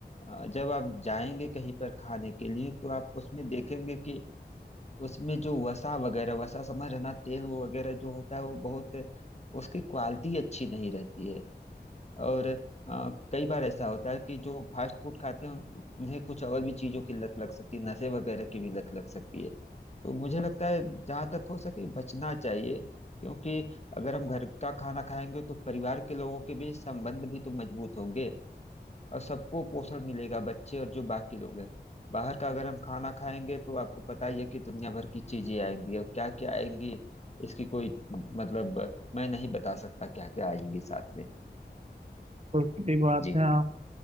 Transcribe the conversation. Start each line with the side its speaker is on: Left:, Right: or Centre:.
Left: आ, जब आप जाएंगे कहीं पर खाने के लिए तो आप उसमें देखेंगे कि उसमें जो वसा वगैरह वसा समझ रहे ना तेल वो वगैरह जो होता है वो बहुत उसकी क्वालिटी अच्छी नहीं रहती है और अ, कई बार ऐसा होता है कि जो फास्ट फूड खाते हैं उन- उन्हें कुछ और भी चीजों की लत लग सकती है नशे वगैरह की भी लत लग सकती है तो मुझे लगता है जहाँ तक हो सके बचना चाहिए क्योंकि अगर हम घर का खाना खाएंगे तो परिवार के लोगों के बीच संबंध भी तो मजबूत होंगे और सबको पोषण मिलेगा बच्चे और जो बाकी लोग हैं बाहर का अगर हम खाना खाएंगे तो आपको पता ही है कि दुनिया भर की चीजें आएंगी और क्या क्या आएंगी इसकी कोई मतलब मैं नहीं बता सकता क्या क्या आएंगी साथ में
Right: तो सही बात
Left: जी
Right: है आप